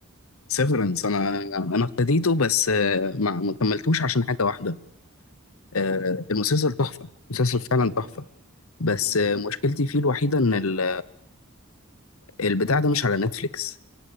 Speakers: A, on the left; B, on the right.
A: سيفرنس أنا أنا ابتديته بس آه، ما ما كملتوش عشان حاجة واحدة آه،
B: امم
A: المسلسل تحفة المسلسل فعلا تحفة
B: ماشي
A: بس
B: ماشي
A: آه، مشكلتي فيه الوحيدة إن ال- البتاع ده مش على نتفليكس